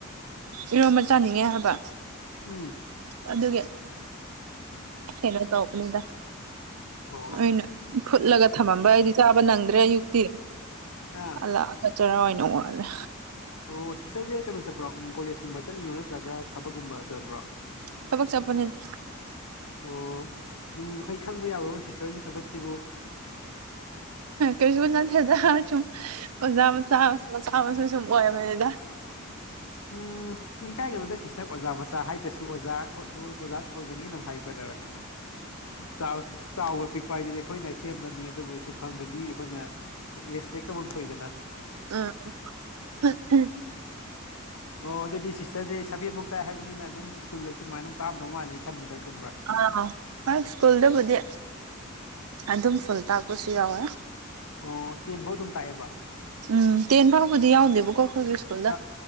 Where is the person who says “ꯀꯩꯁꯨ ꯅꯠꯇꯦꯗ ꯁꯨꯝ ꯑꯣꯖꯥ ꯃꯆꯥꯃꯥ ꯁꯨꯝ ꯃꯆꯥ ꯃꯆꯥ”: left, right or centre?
Right